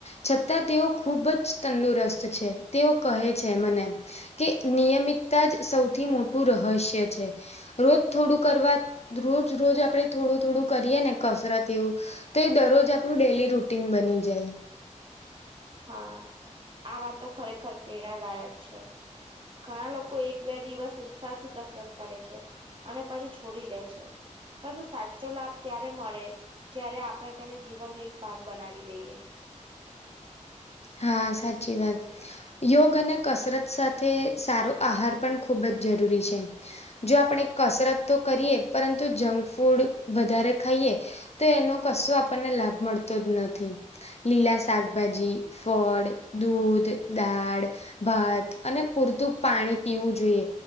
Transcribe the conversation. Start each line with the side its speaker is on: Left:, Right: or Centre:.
Left: છતાં તેઓ ખૂબ જ તંદુરસ્ત છે. તેઓ કહે છે મને કે નિયમિતતા જ સૌથી મોટું રહસ્ય છે. રોજ થોડું કરવા રોજ રોજ આપડે થોડું થોડું કરીએે ને કસરત એવું તો એ દરરોજ આપણું ડેલી રૂટીન બની જાય.
Right: હા, આ વાત તો ખરેખર પ્રેરણાદાયક છે. ઘણા લોકો એક બે દિવસ ઉત્સાહ થી કસરત કરે છે. અને પછી છોડી દે છે. પરંતુ સાચો લાભ ત્યારે મળે જ્યારે આપણે તેને જીવનનો એક ભાગ બનાવી દઈએ.
Left: હા સાચી વાત. યોગ અને કસરત સાથે સારો આહાર પણ ખૂબ જ જરૂરી છે. જો આપણે કસરત તો કરીએ પરંતુ જંક ફૂડ વધારે ખાઈએ તો એનો કશો આપણને લાભ મળતો જ નથી. લીલા શાકભાજી ફળ, દૂધ, દાળ ભાત અને પૂરતું પાણી પીવું જોઈએ